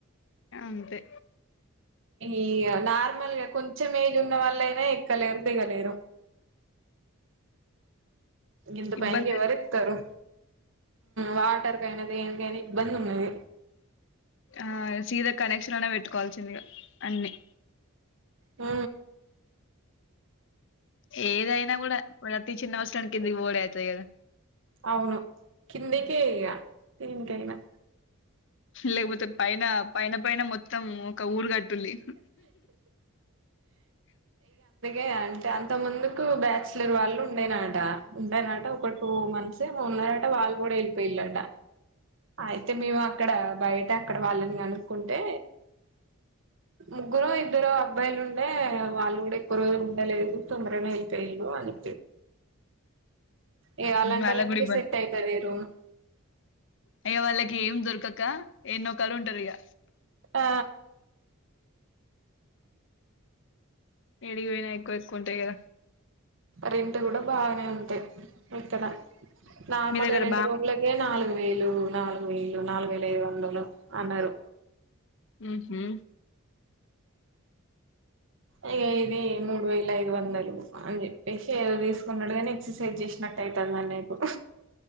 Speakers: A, on the left; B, on the right.
A: అంతే
B: ఈ నార్మల్గా కొంచెం ఏజ్ ఉన్న వాళ్ళయినా ఎక్కలేరు దిగలేరు ఇంత
A: ఇబ్బంది
B: పైకెవరేకుతారు వాటర్ కైనా దేనికైనా ఇబ్బంది ఉన్నది
A: ఆ సీదా కనెక్షన్ లోనే పెట్టుకోవాల్సిందిగా అన్నిీ
B: హ
A: ఏదైనా కూడా ప్రతి చిన్న వస్తువుకు కింద పోవుడే అయితది కదా
B: అవును కిందికే ఇగ ఇంకేనా
A: లేకపోతే పైన పైన పైన మొత్తం ఒక ఊరు కాటూరి
B: ే అంటే అంత ముందుకు బ్యాచలర్ వాళ్ళు ఉండేనట ఉండనట ఒక టూ మంత్స్న్ ఉన్నారంట వాళ్లు కూడా వెళ్లిపోయారంట అయితే మేము అక్కడ బయట అక్కడ వాళ్ళని కనుకుంటే ముగ్గురో ఇద్దరో అబ్బాయిలు ఉండే వాళ్ళు కూడా ఎక్కువ రోజులు ఉండలేదు తొందరనే వెళ్ళపోళ్ళు అని ఇగా అలాంటి
A: వాళ్ళకి
B: వాళ్లకే
A: కూడా
B: సెట్ అయితది ఈ రూమ్
A: హే వాళ్లకేం దొరకక ఎన్నో కాడ ఉంటారు ఇగ
B: ఆ
A: ఏడికి పోయిన ఎక్కువ ఎక్కువ ఉంటాయి కదా
B: రెంటు కూడా బానే ఉంది ఇక్కడ నార్మల్
A: మీ దగ్గర
B: గా రెండు రూమ్లకే నాలుగు వేలు నాలుగు వేలు నాలుగు వేల ఐదు వందలు అన్నారు
A: ఉమ్మ్
B: అ ఇది మూడు వేల ఐదు వందలు అని చెప్పేసి ఏదో తీసుకున్నాడు కాని ఎక్సర్సైజ్ చేసినట్ అయితాందా నీకు